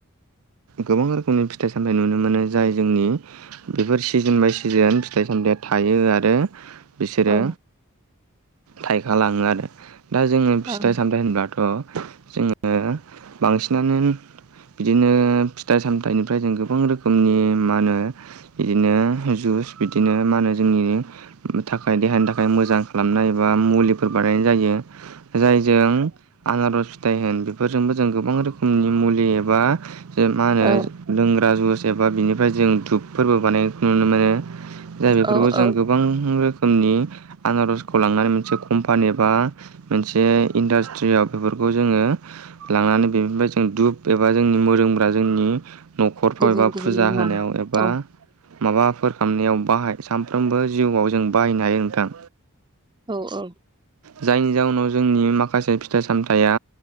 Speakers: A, on the right; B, on the right.
A: गोबां रोखोमनि फिथाइ सामथाय नुनो मोनो जाय जोंनि बेफोर सिजोन बाय सिजोन फिथाइ सामथाया थायो आरो बिसोरो
B: औ
A: थाइखा लाङो आरो दा जोङो
B: औ
A: फिथाइ सामथाइ होनबाथ' जोङो बांसिनानो बिदिनो फिथाइ सामथाइनिफ्राय जों गोबां रोखोमनि मानो? बिदिनो जुस बिदिनो मानो जोंनि थाखाय देहानि थाखाय मोजां खालामनाय एबा मुलिफोर बानायनाय जायो जायजों आनारस फिथाइ होन बेफोरजोंबो जों गोबां रोखोमनि मुलि एबा मा होनो
B: औ
A: लोंग्रा जुस एबा बिनिफ्राय जों धुपफोरबो बानायनायखौ नुनो मोनो जाय बेफोरखौ
B: औ
A: जों
B: औ
A: गोबां रोखोमनि। आनारजखौ लांनानै मोनसे कम्पानि बा मोनसे इन्डास्ट्रियाव बेफोरखौ जोङो लांनानै बेनिफ्राय जों धुुब एबा जोंनि मोदोमग्रा जोंनि न'खरफ्राव
B: गुबुन
A: एबा
B: गुबुन
A: फुजा
B: मुवा
A: होनायाव एबा
B: औ
A: माबाफोर खालामनायाव बाहाय सानफ्रोमबो जिउआव जों बाहायनो हायो नोंथां।
B: औ औ
A: जायनि जाउनाव जोंनि माखासे फिथाइ सामथाया